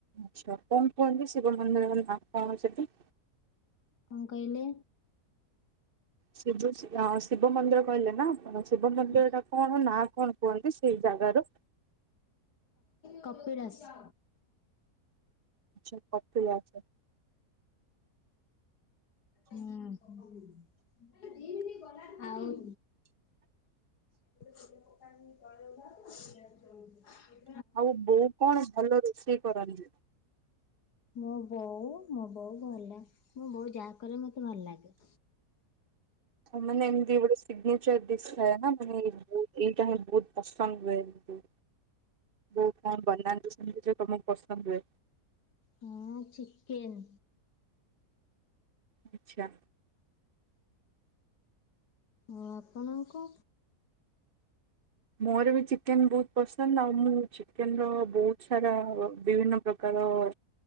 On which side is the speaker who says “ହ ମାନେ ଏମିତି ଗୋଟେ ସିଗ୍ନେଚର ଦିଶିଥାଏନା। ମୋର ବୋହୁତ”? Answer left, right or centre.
Right